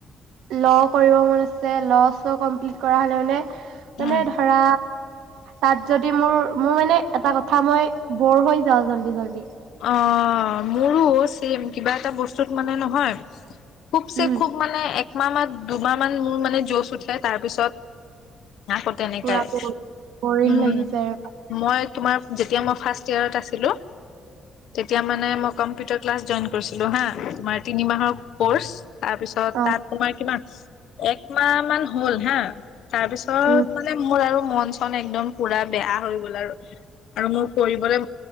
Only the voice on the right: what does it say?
ল' কৰিব মন আছে ল' চ কমপ্লিট কৰা হলে মানে
মানে ধৰা তাত যদি মোৰ মোৰ মানে এটা কথা মই বৰ হৈ যাও জল্দি জল্দি।
উম,
পুৰা বৰিং
লাগি যায়
অ',
উম,